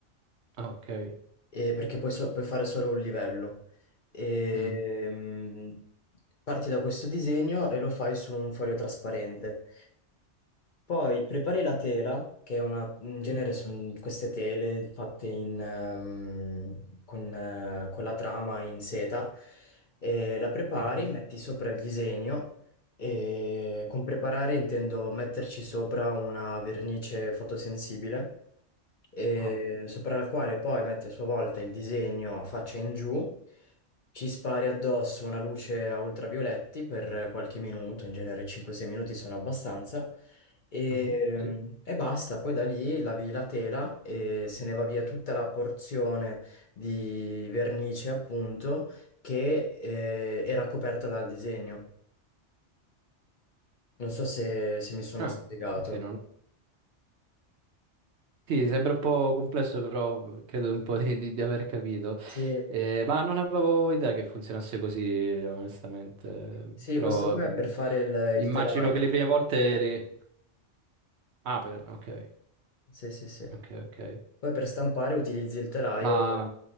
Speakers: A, on the right; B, on the left.
A: Ah, ok.
B: eh, perché puoi, so- puoi fare solo un livello. E,
A: Mm.
B: mm, parti da questo disegno e lo fai su un foglio trasparente. Poi prepari la tela, che è una, in genere
A: Sì.
B: sono queste tele fatte in, ehm, con, eh, con la trama in seta, e la prepari,
A: Ok.
B: metti sopra il disegno e con preparare intendo metterci sopra una vernice fotosensibile, e
A: Ah,
B: sopra la quale poi metti a sua volta il disegno a faccia in giù, ci spari addosso una luce a ultravioletti per qualche minuto, in genere 5-6 minuti sono abbastanza, e,
A: mhm, Sì.
B: e basta. Poi da lì lavi la tela e se ne va via tutta la porzione di vernice, appunto, che eh, era coperta dal disegno. Non so se, se mi sono
A: Ah,
B: spiegato.
A: ok, non, Sì, sembra un po' complesso, però credo un po' di, di- di aver capito.
B: Sì,
A: Eh, ma non avevo idea che funzionasse così, onestamente.
B: sì,
A: Però
B: questo qua
A: mh,
B: è per fare il,
A: immagino
B: il telaio.
A: che le prime volte eri... Ah, per- ok,
B: Sì, sì, sì.
A: ok, ok.
B: Poi per stampare utilizzi il telaio
A: Ma...